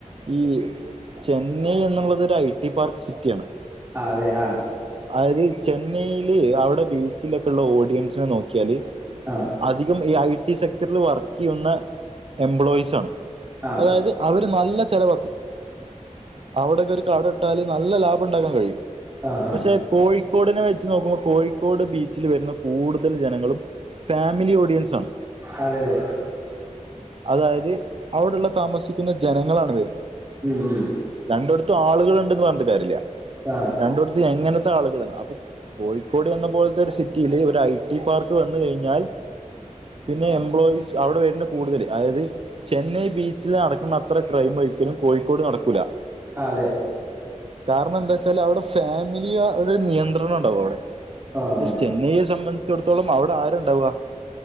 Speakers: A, on the right; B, on the right.
A: ഈ ചെന്നൈ എന്നുള്ളത് ഒരു ഐ ടി പാർക്ക് സിറ്റിയ ആാണ്
B: ആ അതെ ആ
A: അത് ചെന്നൈയില് അവിടെ ബീച്ചിലൊക്കെ ഉള്ള ഓഡിയൻസിനെ നോക്കിയാല്
B: ആ
A: അധികം ഈ ഐ ടി സെക്ടറിൽ വർക്ക് ചെയ്യുന്ന എംപ്ലോയീസ് ആണ്
B: ആ
A: അതായത് അവര് നല്ല ചിലവാക്കും അവിടെയൊക്കെ ഒരു കട ഇട്ടാൽ നല്ല ലാഭം ഉണ്ടാക്കാൻ കഴിയും
B: ആ ആ
A: പക്ഷെ കോഴിക്കോടിനെ വെച്ച് നോക്കുമ്പോൾ കോഴിക്കോട് ബീച്ചിൽ വരുന്ന കൂടുതൽ ജനങ്ങളും ഫാമിലി ഓഡിയൻസാണ്
B: അതെ യതേ
A: അതായത് അവിടുള്ള താമസിക്കുന്ന ജനങ്ങളാണ് വരുന്നത്
B: ഉം ഉം
A: രണ്ടിടത്തും ആളുകളൾുണ്ടന്ന് പറഞ്ഞിട്ട് കാര്യല്ല
B: ആ
A: രണ്ടുടത്തും എങ്ങനത്തെ ആളുകൾ അപ്പൊ കോഴിക്കോട് എന്ന പോലത്തെ ഒരു സിറ്റിയില് ഒരു ഐ ടി പാർക്ക് വന്ന് കഴിഞ്ഞാൽ പിന്നെ എംപ്ലോയീസ് അവിടെ വരുന്ന കൂടുതൽ അതായത് ചെന്നൈ ബീച്ചിൽ നടക്കുന്ന അത്ര ക്രൈം ഒരിക്കലും കോഴിക്കോട് നടക്കൂല
B: ആഹ് അതെ
A: കാരണം എന്താച്ചാല് അവിടെ ഫാമിലിയോ ഒരു നിയന്ത്രണ ണ്ടാവും അവിടെ.
B: ആ ആ
A: ചെന്നെയെ സംബന്ധിച്ചിടത്തോളം അവിടെ ആരാണ്ടാവ